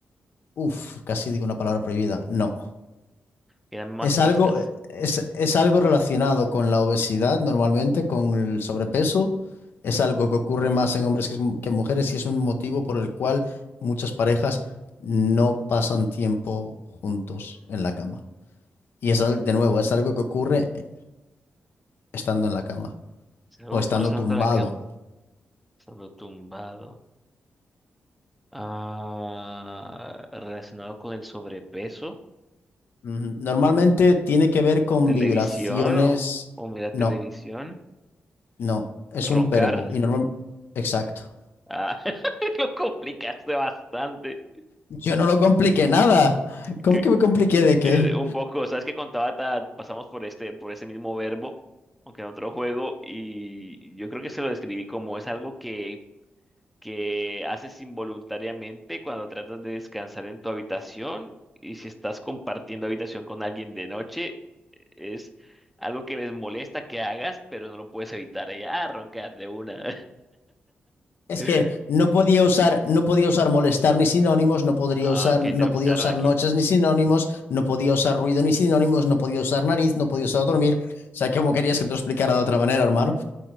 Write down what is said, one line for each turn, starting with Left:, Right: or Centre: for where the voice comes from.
Left: Uf, casi digo una palabra prohibida. No.
Centre: Y dame más
Left: Es
Centre: pistas.
Left: algo, es, es algo relacionado con la obesidad, normalmente, con el sobrepeso. Es algo que ocurre más en hombres que, en que en mujeres y es un motivo por el cual muchas parejas no pasan tiempo juntos en la cama. Y es, al- de nuevo, es algo que ocurre eh, estando en la cama
Centre: ¿Se luego
Left: o estando
Centre: cruzando
Left: tumbado.
Centre: la cama? Estando tumbado. Ah, relacionado con el sobrepeso.
Left: Ujú. Normalmente tiene que ver con
Centre: ¿Televisión
Left: vibraciones.
Centre: o, o mira televisión?
Left: No, no, es
Centre: Roncar.
Left: un verbo y normal. Exacto.
Centre: Ah, <laughs> lo complicaste bastante.
Left: Yo no lo compliqué nada. ¿Cómo
Centre: Que,
Left: que me compliqué de qué?
Centre: eh, un poco, ¿sabes qué contaba? Ta- pasamos por este, por ese mismo verbo, aunque en otro juego, y yo creo que se lo describí como es algo que, que haces involuntariamente cuando tratas de descansar en tu habitación, y si estás compartiendo habitación con alguien de noche, es algo que les molesta que hagas, pero no lo puedes evitar. Ella, ah, roncar de una.
Left: Es
Centre: <laughs>
Left: que no podía usar, no podía usar molestar ni sinónimos, no podría
Centre: Ah,
Left: usar,
Centre: ok,
Left: no
Centre: te lo quitaron
Left: podía usar
Centre: aquí.
Left: noches ni sinónimos, no podía usar ruido ni sinónimos, no podía usar nariz, no podía usar dormir. O sea, ¿cómo querías que te lo explicara de otra manera, hermano?